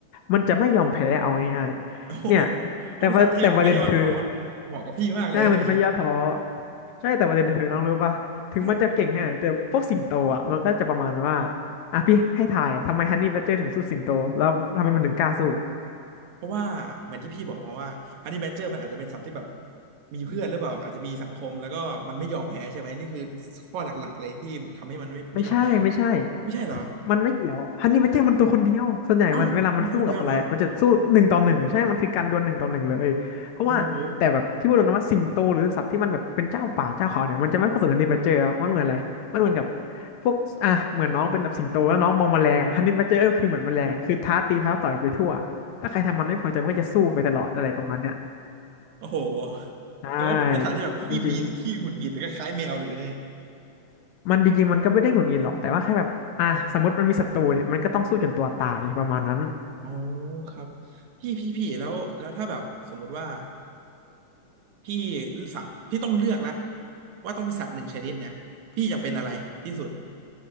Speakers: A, on the left (about 70°); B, on the right (about 70°).
A: มันจะไม่ยอมแพ้เอาง่ายๆเนี่ย
B: โอ้โหเอาเป็นสัตว์ที่แบบไม่ย่อท้อ
A: แต่ว่าแต่ประเด็นคือ
B: เหมาะกับพี่มากเลยนะเนี่ย
A: ใช่มันจะไม่ย่อท้อใช่แต่ประเด็นคือน้องรู้ป่ะถึงมันจะเก่งแค่ไหนแต่พวกสิงโตอ่ะมันก็จะประมาณว่า
B: ครับ
A: อ่ะพี่ให้ทายทำไมฮันนี่บัดเจอร์ถึงสู้สิงโตแล้วทำไมมันถึงกล้าสู้
B: เพราะว่าเหมือนที่พี่บอกมาว่าฮันนี่แบชเชอร์มันอาจจะเป็นสัตว์ที่แบบมีเพื่อนหรือเปล่าอาจจะมีสังคมแล้วก็มันไม่ยอมแพ้ใช่ไหมนี่คือข้อหลักๆเลยที่ทำให้มันไม่ไม่ยอมแพ้
A: ไม่ใช่ไม่ใช่
B: ไม่ใช่เหรอ
A: มันไม่เกี่ยวฮันนี่แมเจอร์มันตัวคนเดียวส่วนใหญ่มันเวลามันสู้กับอะไรอะมันจะสู้หนึ่งต่อหนึ่งใช่มันคือการดวลหนึ่งต่อหนึ่งเลยเพราะว่าแต่แบบที่พูดตรงนะว่าสิงโตหรือสัตว์ที่มันแบบเป็นเจ้าป่าเจ้าเขาเนี่ยมันจะไม่ผสมฮันนี่แมเจอร์มันเหมือนอะไรมันเหมือนกับ
B: เอ้ามันอยู่คนเดียวเหรอโอ้โห
A: พวกอ่ะเหมือนน้องเป็นแบบสิงโตแล้วน้องมองแมลงอะฮันนี่แมเจอร์ก็คือเหมือนแมลงอะคือท้าตีท้าต่อยไปทั่วถ้าใครทำมันไม่พอใจมันก็จะสู้ไปตลอดอะไรประมาณเนี้ย
B: โอ้โห
A: ใช่
B: แต่ว่าเป็นสัตว์ที่แบบขี้บีนขี้หงุดหงิดก็คล้ายแมวเลยเนี่ย
A: จริงๆมันจริงๆมันก็ไม่ได้หงุดหงิดหรอกแต่ว่าแค่แบบอ่ะสมมติมันมีศัตรูเนี่ยมันก็ต้องสู้จนตัวตายประมาณนั้น
B: อืมอ๋อครับพี่พี่พี่แล้วแล้วถ้าแบบสมมุติว่าพี่สัตว์พี่ต้องเลือกละว่าต้องเป็นสัตว์หนึ่งชนิดเนี่ยพี่อยากเป็นอะไรที่สุด